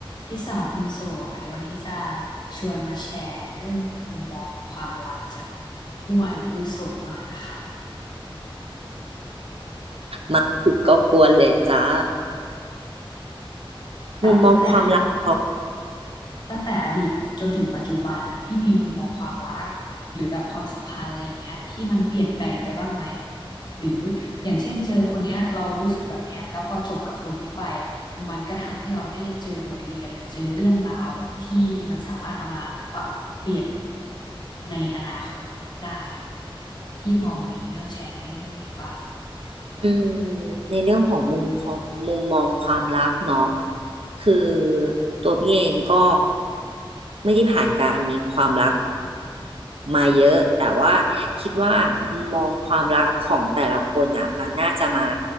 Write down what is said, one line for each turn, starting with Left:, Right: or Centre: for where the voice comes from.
Left: พี่สาวคนสวยวันนี้จะชวนมาแชร์เรื่องมุมมองของความรักจากผู้อายุวุโสหน่อยอะค่ะ
Right: มาถึงก็กวนเลยจ้า
Left: แบบตั้งแต่
Right: มุมมองความรักต่อ
Left: ตั้งแต่อดีตจนถึงปัจจุบันน่ะพี่มีมุมมองความรักหรือแบบความสัมพันธ์อะไรอย่างเงี้ยที่มันเปลี่ยนแปลงไปบ้างไหมหรืออย่างเช่นเจอคนเนี้ยเรารู้สึกแบบเนี้ยแล้วพอจบกับคนนี้ไปอ่ะมันก็ทำให้เราได้เจอบทเรียนหรือเจอเรื่องราวที่มันสามารถเอามาปรับเปลี่ยนในอนาคตได้อะพี่พอมีเรื่องแชร์ในเรื่องพวกนี้ป่ะ
Right: อืมในเรื่องของมุมของมุมมองความรักเนาะคือตัวพี่เองก็ไม่ได้ผ่านการมีความรักมาเยอะแต่ว่าคิดว่ามุมมองความรักของแต่ละคนอ่ะมันน่าจะมา